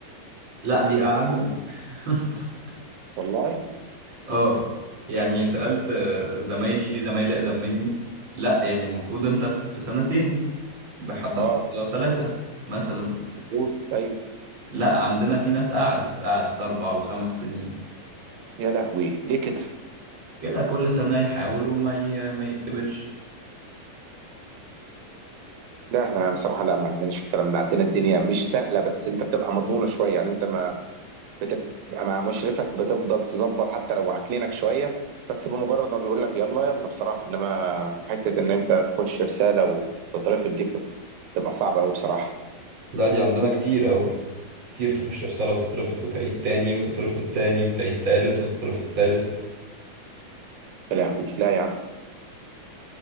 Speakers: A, on the right; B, on the right.
A: لا بيقعدونا <laughs>
B: والله
A: اه يعني سألت آه، زمايلي في زمايلي أقدم مني لا يعني المفروض أنت في سنتين بحد أقصى
B: اه
A: ثلاثة مثلا
B: مظبوط ايوه
A: لا عندنا في ناس قعدت قعدت أربع وخمس سنين
B: يا لهوي ليه كده
A: كده كل سنة يحاولوا ما ي... ما يتقبلش
B: لا احنا بصراحه لا ما عندناش الكلام ده عندنا الدنيا مش سهله بس انت بتبقى مضمونه شويه يعني انت ما بتبقى مع مشرفك بتفضل تظبط حتى لو عكنينك شويه بس بمجرد ما بيقول لك يلا يلا بصراحه انما حته ان انت تخش رساله وتترفض دي بتب- بتبقى صعبه قوي بصراحه
A: لا دي عندنا كتير قوي كتير تخش رسالة وتترفض وتعيد تاني وتترفض تاني وتعيد تالت وتترفض تالت
B: يا لهوي لا يا عم